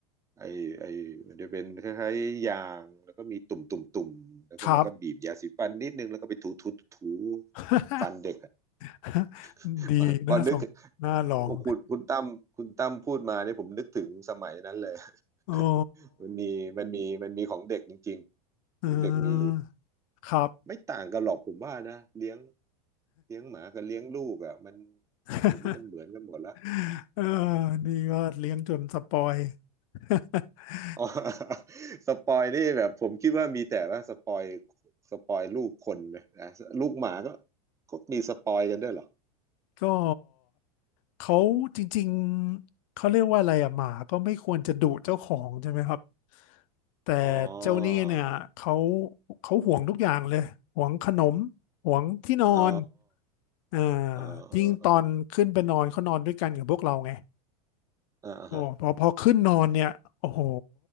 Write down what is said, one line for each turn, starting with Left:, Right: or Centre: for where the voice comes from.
Right: ไอไอมันจะเป็นคล้ายๆยางแล้วก็มีตุ่มตุ่มตุ่มแล้วก็เราก็บีบยาสีฟันนิดนึงแล้วก็ไปถูถูถู
Left: ครับ <laughs>
Right: ฟันเด็กอะ
Left: <laughs>
Right: <laughs>
Left: ดีน่าสงน่าลอง
Right: พอพอนึก โอ้คุณคุณตั้มคุณตั้มพูดมาเนี่ยผมนึกถึงสมัยนั้นเลย <laughs>
Left: <laughs> อ๋อ
Right: มันมีมันมีมันมีของเด็กจริงๆของเด็กมี
Left: เออครับ
Right: ไม่ต่างกันหรอกผมว่านะเลี้ยงเลี้ยงหมากับเลี้ยงลูกอ่ะมัน
Left: <laughs>
Right: เดี๋ยวนี้มันเหมือนกันหมดละ <laughs>
Left: เออนี่ก็เลี้ยงจนสปอย <laughs>
Right: อ๋อ <laughs> สปอยนี่แบบผมคิดว่ามีแต่ว่าสปอยสปอยลูกคนนะนะลูกหมาก็ก็มีสปอยกันด้วยเหรอ
Left: ก็เขาจริงๆเขาเรียกว่าอะไรอะหมาก็ไม่ควรจะดุเจ้าของใช่ไหมครับ
Right: <laughs>
Left: แต่
Right: อ๋อ
Left: เจ้านี่เนี่ยเขาเขาห่วงทุกอย่างเลยห่วงขนมห่วงที่นอน
Right: อ๋อ
Left: อ่า
Right: อ๋ออ๋ออ๋อ
Left: ยิ่งตอนขึ้นไปนอนเขานอนด้วยกันกับพวกเราไง
Right: อออ่าฮะ
Left: โอ้พอพอขึ้นนอนเนี่ยโอ้โห